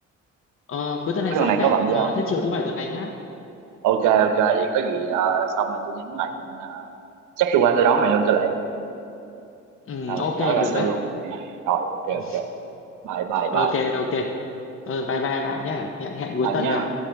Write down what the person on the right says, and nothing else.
Cuối tuần
này
có bạn
gì không?
ok ok vậy có gì ờ, xong rồi tôi nhắn lại ờ, chắc tôi qua tôi đón mày luôn cho lẹ
rồi
chở ra
sân
luôn nha rồi ok
ok bye bye bye
bye
nhá